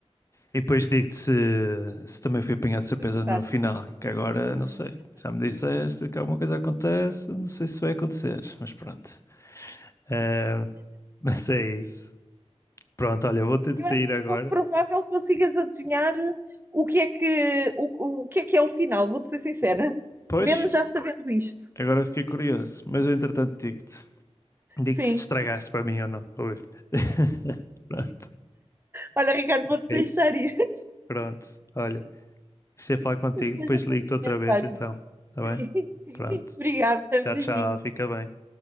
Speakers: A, on the left; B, on the right.
A: E depois digo-te se, se também fui apanhado de surpresa
B: tu gostaste.
A: no final, que agora não sei. Já me disseste que alguma coisa acontece, não sei se vai acontecer, mas pronto. Eh, <laughs> mas é isso. Pronto, olha, vou ter de
B: Eu
A: sair
B: acho
A: agora.
B: pouco provável que consigas adivinhar o que é que, o, o que é que é o final, vou-te ser sincera.
A: Pois,
B: Mesmo já sabendo isto.
A: agora fiquei curioso, mas eu entretanto digo-te. Digo-te
B: Sim.
A: se estragaste para mim ou não, vou ver. <laughs> Pronto,
B: Olha, Ricardo, vou-te
A: ok,
B: deixar ir. <laughs>
A: pronto. Olha, gostei de falar contigo,
B: Depois
A: depois
B: eu
A: ligo-te
B: mando a
A: outra
B: mensagem.
A: vez então, tá bem?
B: Sim, sim.
A: Pronto.
B: Obrigada.
A: Tchau,
B: Beijinho.
A: tchau, fica bem.